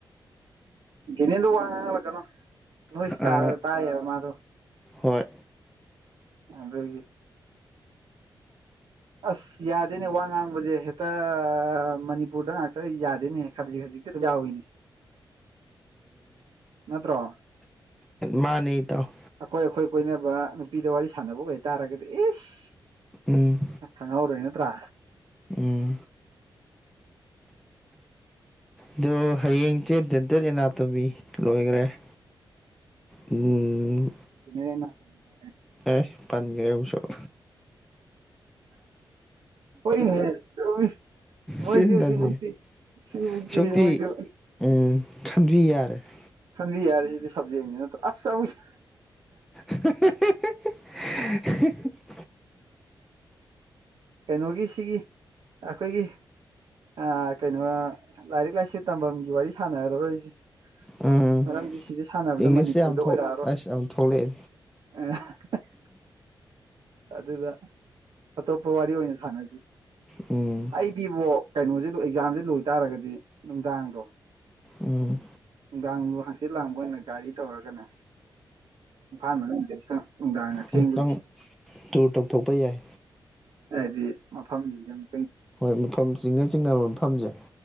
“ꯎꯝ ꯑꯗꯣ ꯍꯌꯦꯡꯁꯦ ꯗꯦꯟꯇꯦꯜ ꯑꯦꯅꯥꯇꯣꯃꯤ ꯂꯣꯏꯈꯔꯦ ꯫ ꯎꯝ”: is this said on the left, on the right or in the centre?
Centre